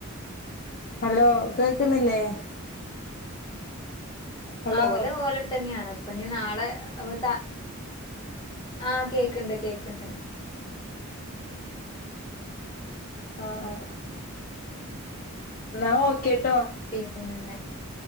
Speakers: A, on the left (about 40°); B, on the left (about 20°).
A: ഹലോ കേക്കുന്നില്ലേ? ഹലോ
B: ആ ഓല് ഓലെട തന്നെയാണ് അപ്പൊ ഞ്ഞി നാളെ അപ്പൊ ത ആഹ് കേക്കുണ്ട്, കേക്കുണ്ട്.
A: ആഹ. എന്ന ഓക്കേ കേട്ടോ
B: പിന്നെ